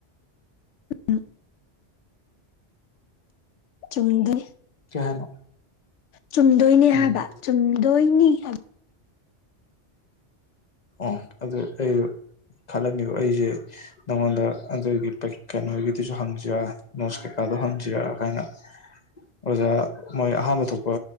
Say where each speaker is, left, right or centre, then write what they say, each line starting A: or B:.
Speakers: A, on the left; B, on the left.
A: ꯎꯝ ꯆꯨꯝꯗꯨꯅꯤ
B: ꯀꯩ ꯍꯥꯏꯅꯣ
A: ꯆꯨꯝꯗꯣꯏꯅꯤ
B: ꯎꯝ
A: ꯍꯥꯏꯕ ꯆꯨꯝꯗꯣꯏꯅꯤ ꯍꯥꯏꯕ
B: ꯑꯣ ꯑꯗꯨ ꯑꯩ ꯈꯜꯂꯝꯃꯤꯕ ꯑꯩꯁꯦ ꯅꯪꯉꯣꯟꯗ ꯑꯗꯨꯒꯤ ꯀꯩꯅꯣꯒꯤꯗꯨꯁꯨ ꯍꯪꯁꯤꯔꯥ ꯅꯣꯏꯠꯁ ꯀꯩꯀꯥ ꯑꯗꯣ ꯍꯪꯖꯤꯔ ꯀꯥꯏꯅ ꯑꯣꯖꯥ ꯃꯣꯏ ꯑꯍꯥꯟꯕ ꯊꯣꯛꯄ